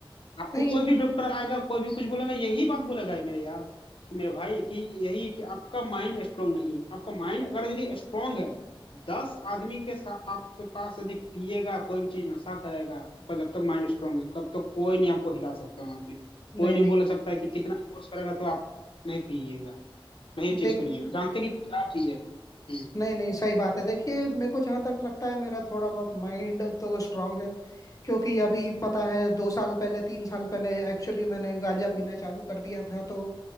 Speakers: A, on the left (about 70°); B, on the left (about 40°).
A: आपको
B: नहीं
A: कोई भी डॉक्टर आएगा कोई भी कुछ बोलेगा यही बात बोलेगा ये मेरे यार कि मेरे भाई कि यही कि आपका माइंड स्ट्रांग नहीं है आपका माइंड अगर यदि स्ट्रांग है दस आदमी के साथ आपके पास यदि पिएगा कोई भी चीज नशा करेगा आपका जब तक माइंड स्ट्रांग है तब तक कोई नहीं आपको हिला सकता वहां से
B: नहीं
A: कोई नहीं
B: नहीं
A: बोल सकता है कि कितना फोर्स करेगा तो आप नहीं पिएगा नहीं
B: देख
A: चीज करिएगा जानते हैं कि खराब चीज है हम्म
B: नहीं नहीं सही बात है देखिए मेरे को जहाँ तक लगता है मेरा थोड़ा बहुत माइंड तो स्ट्रांग है क्योंकि अभी पता है दो साल पहले तीन साल पहले एक्चुअली मैंने गांजा पीना चालू कर दिया था तो